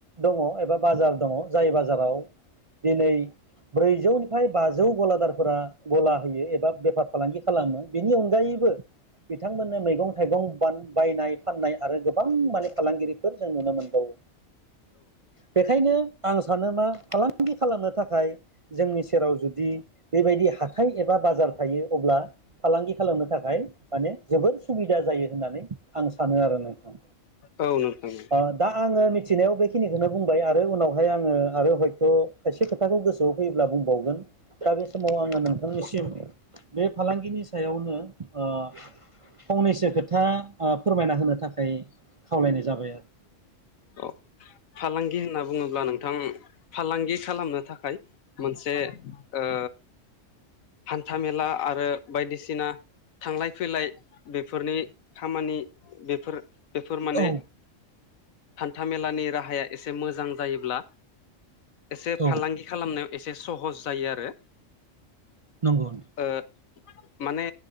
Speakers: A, on the right; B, on the left.
A: दङ एबा बाजार दङ जाय बाजाराव दिनै ब्रैजौनिफ्राय बाजौ गलादारफोरा गला होयो एबा बेफार फालांगि खालामो बिनि अनगायैबो बिथांमोननो मैगं थाइगं बान बायनाय फाननाय आरो गोबां माने फालांगिरिफोर जों नुनो मोनबावो बेखायनो आं सानो मा फालांगि खालामनो थाखाय जोंनि सेराव जुदि बेबायदि हाथाय एबा बाजार थायो अब्ला फालांगि खालामनो थाखाय माने जोबोर सुबिदा जायो होननानै आं सानो आरो नोंथां
B: औ नोंथां औ
A: ओ दा आङो मिथिनायाव बेखिनिखौनो बुंबाय आरो उनावहाय आङो आरो हय' थ खायसे खोथाखौ गोसोआव फैयोब्ला बुंबावगोन दा बे समाव आङो नोंथांनि सि बे फालांगिनि सायावनो ओ फंनैसो खोथा ओ फोरमायना होनो थाखाय खावलायनाय जाबाय आरो
B: औ फालांगि होनना बुङोब्ला नोंथां फालांगि खालामनो थाखाय मोनसे ओ ओ हान्था मेला आरो बायदिसिना थांलाय फैलाय बे फोरनि खामानि बेफोर बेफोर माने
A: औ
B: हान्था मेलानि राहाया एसे मोजां जायोब्ला एसे
A: औ
B: फालांगि खालामनो एसे सहस जायो आरो
A: नंगौ
B: ओ माने